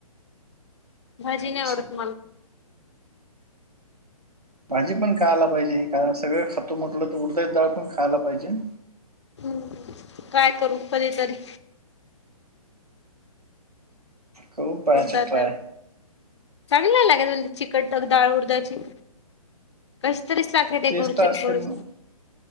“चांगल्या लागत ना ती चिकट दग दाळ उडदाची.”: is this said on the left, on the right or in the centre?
Left